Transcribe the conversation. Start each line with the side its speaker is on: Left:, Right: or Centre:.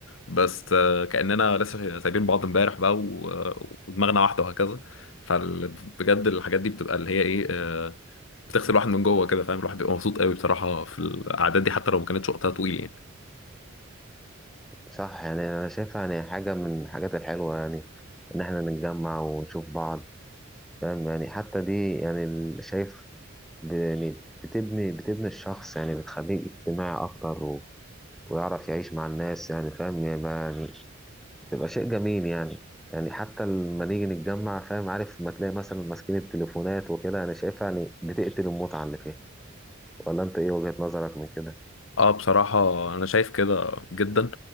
Left: بس آه، كأننا لسه سايبين بعض امبارح بقى و- ودماغنا واحدة وهكذا فبجد الحاجات دي بتبقى اللي هي ايه آه، بتغسل الواحد من جوه كده فاهم الواحد بيبقى مبسوط قوي بصراحة في الأعداد دي حتى لو ما كانتش وقتها طويل يعني
Centre: صح يعني أنا شايفها يعني حاجة من الحاجات الحلوة يعني إن إحنا نتجمع ونشوف بعض فاهم يعني حتى دي يعني ال- شايف ب- يعني بتبني بتبني الشخص يعني بتخليه اجتماعي أكتر ويعرف يعيش مع الناس يعني فاهم يعني تبقى شيء جميل يعني يعني حتى لما نيجي نتجمع فاهم عارف ما تلاقي مثلا ماسكين التليفونات وكده انا شايفها يعني بتقتل المتعة اللي فيها ولا انت ايه وجهة نظرك من كده
Left: اه بصراحة أنا شايف كده جدا